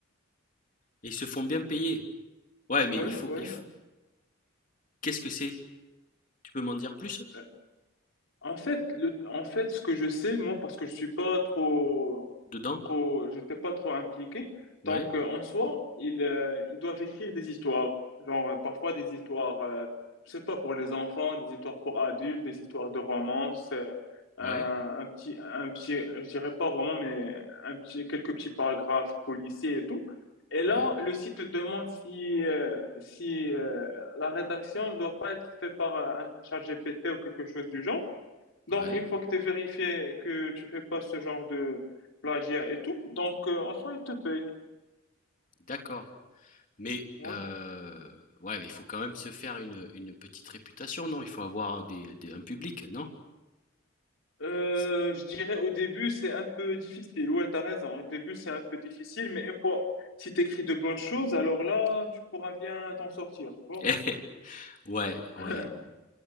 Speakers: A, on the left (about 35°); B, on the left (about 65°).
A: Et ils se font bien payer. Ouais, mais
B: Oui,
A: il faut,
B: oui.
A: il faut... Qu'est-ce que c'est? Tu peux m'en dire plus?
B: Euh, En fait, le, en fait, ce que je sais, moi, parce que je suis pas trop
A: Dedans?
B: trop, j'étais pas trop impliqué.
A: Ouais,
B: Donc, euh, en soi, ils, euh, ils doivent écrire des histoires. Genre, euh, parfois des histoires, euh, je sais pas, pour les enfants, des histoires pour adultes, des histoires de romance, euh,
A: ouais,
B: un, un petit, un petit, je dirais pas roman, mais un petit, quelques petits paragraphes policiers et tout. Et là,
A: ouais,
B: le site te demande si, euh, si euh, la rédaction ne doit pas être faite par euh, un chat GPT ou quelque chose du genre. Donc,
A: ouais.
B: une fois que tu es vérifié que tu fais pas ce genre de plagiat et tout, donc euh, en soi, il te paye.
A: D'accord. Mais
B: Ouais.
A: euh, ouais, mais il faut quand même se faire une, une petite réputation, non? Il faut avoir des, des- un public, non?
B: Euh,
A: C'est-
B: je dirais au début, c'est un peu difficile. Ouais, t'as raison. Au début, c'est un peu difficile, mais une fois, si t'écris de bonnes choses, alors là, tu pourras bien t'en sortir, tu vois.
A: <laughs> Ouais, ouais.
B: <laughs>